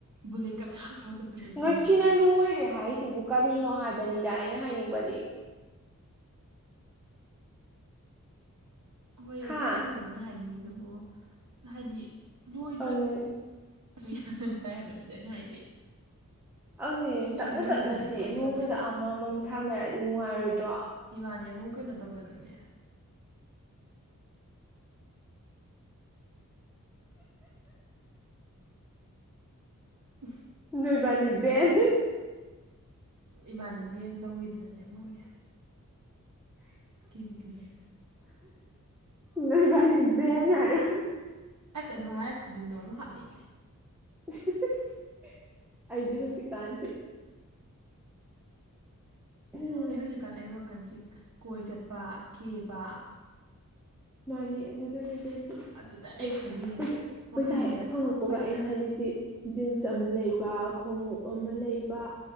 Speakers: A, on the right; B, in the centre.
A: ꯕꯨꯂꯦꯠꯀ ꯃꯌꯥꯝ ꯊꯧꯔ ꯆꯠꯄꯤꯗꯣ ꯆꯤꯡ
B: ꯉꯁꯤꯅ
A: ꯂꯝꯕꯤꯗ
B: ꯂꯣꯏꯔꯦ ꯍꯥꯏꯁꯤꯕꯨ ꯀꯔꯤꯅꯣ ꯍꯥꯏꯕꯅꯤꯗ ꯑꯩꯅ ꯍꯥꯏꯅꯤꯡꯕꯗꯤ
A: ꯍꯣꯏ
B: ꯍꯥ
A: ꯀꯔꯤꯅꯣ ꯃꯣꯏ ꯍꯥꯏꯅꯤꯡꯉꯤꯗꯨꯕꯨ ꯍꯥꯏꯗꯤ ꯂꯣꯏꯗ꯭ꯔ
B: ꯑꯗꯨꯅꯦ
A: ꯁꯨ ꯌꯥꯏ ꯍꯥꯏꯕꯅꯤꯗ ꯑꯩꯅ ꯍꯥꯏꯗꯤ
B: ꯑꯗꯨꯅꯤ
A: ꯃꯣꯏꯅ
B: ꯇꯞꯅ
A: ꯑꯃꯨꯛ ꯂꯣꯏꯍꯟꯅꯤꯡꯉꯤꯗꯣ
B: ꯇꯞꯅꯁꯤ
A: ꯀꯔꯤ
B: ꯅꯣꯡꯃꯗ
A: ꯇꯧꯕꯩꯅꯣꯕ
B: ꯑꯃꯃꯝ ꯁꯥꯟꯅꯔꯗꯤ ꯅꯨꯡꯉꯥꯏꯔꯣꯏꯗ꯭ꯔꯣ
A: ꯏꯕꯥꯅꯤ ꯑꯃꯨꯛ ꯀꯩꯅꯣ ꯇꯧꯗꯅꯅꯦ ꯏꯁ
B: ꯅꯣꯏꯕꯥꯏꯅꯤ ꯕꯦꯟ
A: ꯏꯕꯥꯅꯤ ꯕꯦꯟ ꯇꯧꯈꯤꯗꯅꯅꯦ ꯑꯃꯨꯛꯅꯦ ꯀꯤꯕꯨ ꯀꯤꯖꯩ
B: ꯅꯣꯏꯕꯥꯢꯅꯤ ꯕꯦꯟ ꯍꯥꯏꯔ
A: ꯑꯁ ꯑꯗꯨ ꯍꯥꯏꯔ ꯈꯨꯖꯤꯟꯗꯣ ꯑꯃꯨꯛ ꯍꯥꯞꯅꯤꯡꯉꯦ
B: <unintelligible> ꯑꯩꯗꯤ ꯍꯧꯖꯤꯛꯀꯥꯟꯁꯦ ꯎꯝ
A: ꯑꯩ ꯍꯧꯖꯤꯛꯀꯥꯟ ꯑꯩ ꯋꯥꯈꯟꯁꯤ ꯀꯣꯏ ꯆꯠꯄꯥ ꯀꯦꯕꯥ
B: ꯃꯥꯅꯦ ꯑꯗꯨꯗꯅꯦ ꯑꯗꯨ
A: ꯑꯗꯨꯗꯅꯦ
B: ꯑꯩꯁ
A: ꯈꯜꯂꯤꯁꯤꯕꯨ ꯋꯥꯈꯜꯁꯤꯗ
B: ꯄꯩꯁꯥ ꯍꯦꯛ ꯐꯪꯉꯛꯄꯒ
A: ꯄꯩꯁꯥ
B: ꯑꯩ ꯈꯜꯂꯤꯁꯤ ꯖꯤꯟꯁ
A: ꯑꯥ
B: ꯑꯃ ꯂꯩꯕ ꯈꯣꯡꯉꯨꯞ
A: ꯎꯝ
B: ꯑꯃ ꯂꯩꯕ